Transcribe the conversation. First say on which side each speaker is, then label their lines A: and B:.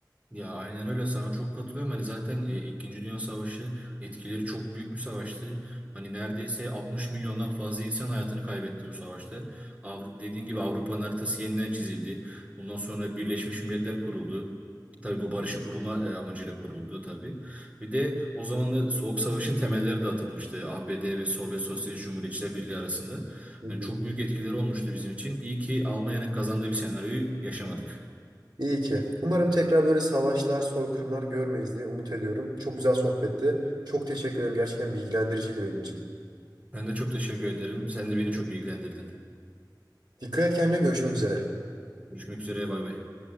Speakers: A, on the right; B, on the right.
A: Ya aynen öyle sana çok katılıyorum. Hani zaten e, İkinci Dünya Savaşı etkileri çok büyük bir savaştı. Hani neredeyse 60 milyondan fazla insan hayatını kaybetti bu savaşta. Avru dediğin gibi Avrupa'nın haritası yeniden çizildi. Bundan sonra Birleşmiş Milletler kuruldu. Tabii bu barışı kurulma e, amacıyla kuruldu tabii. Bir de o zaman da Soğuk Savaş'ın temelleri de atılmıştı. ABD ve Sovyet Sosyalist Cumhuriyetçiler Birliği arasında.
B: Hı
A: Yani
B: hı.
A: çok büyük etkileri olmuştu bizim için. İyi ki Almanya'nın kazandığı bir senaryoyu yaşamadık.
B: İyi ki. Umarım tekrar böyle savaşlar, soykırımlar görmeyiz diye umut ediyorum. Çok güzel sohbetti. Çok teşekkür ederim. Gerçekten bilgilendiriciydi benim için.
A: Ben de çok teşekkür ederim. Sen de beni çok bilgilendirdin.
B: Dikkat et kendine. Görüşmek üzere.
A: Görüşmek üzere. Bay bay.